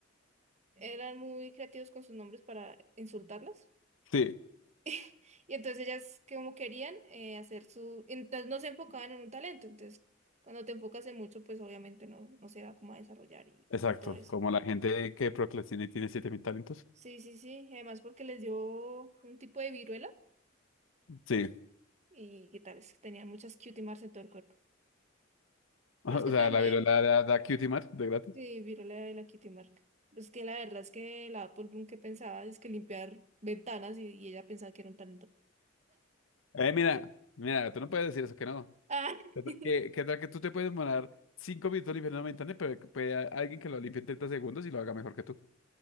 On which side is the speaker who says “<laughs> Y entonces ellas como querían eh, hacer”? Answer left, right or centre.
Right